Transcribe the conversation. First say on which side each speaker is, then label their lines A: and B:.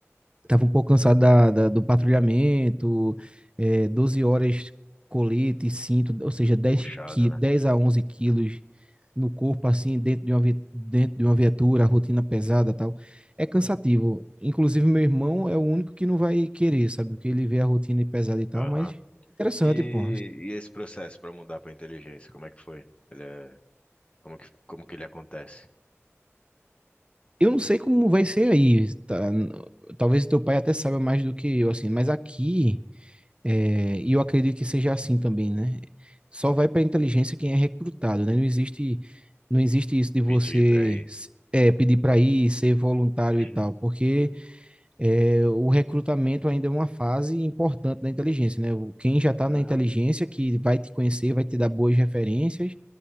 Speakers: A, on the right; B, on the left.
A: Tava um pouco cansado da, da- do patrulhamento, é, 12 horas colete, e cinto, ou seja, dez
B: Puxado,
A: qui-
B: né?
A: 10 a onze quilos no corpo, assim, dentro de uma, vi- dentro de uma viatura, rotina pesada e tal. É cansativo. Inclusive, meu irmão é o único que não vai querer, sabe? Porque ele vê a rotina pesada e tal,
B: Aham.
A: mas interessante,
B: E,
A: pô.
B: e esse processo para mudar para inteligência, como é que foi? Ele é, como que, como que ele acontece?
A: Eu não sei como vai ser aí, tá? Talvez o teu pai até saiba mais do que eu, assim, mas aqui. É, e eu acredito que seja assim também, né? Só vai para inteligência quem é recrutado, né? Não existe, não existe isso de você
B: Pedir para ir.
A: é, pedir para ir, ser voluntário
B: <clears throat>
A: e tal, porque é, o recrutamento ainda é uma fase importante da inteligência, né? O- Quem já está
B: Aham.
A: na inteligência, que vai te conhecer, vai te dar boas referências